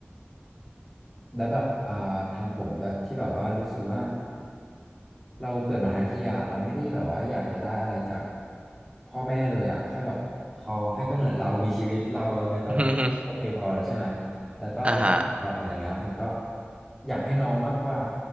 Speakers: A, in the centre; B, on the right.
A: แล้วแบบอ่าทางผมด้วยที่แบบว่ารู้สึกว่าเราเกิดมาทั้งที่อ่ะเราไม่ได้แบบว่าอยากจะได้อะไรจากพ่อแม่เลยอ่ะแค่แบบเขาให้กำเนิดเรามีชีวิตเราในตอนนี้ก็โอเคพอแล้วใช่ไหม
B: <laughs>
A: แล้วก็สมบัติอะไรเงี้ยผมก็
B: อ่าฮะ
A: อยากให้น้องมากกว่า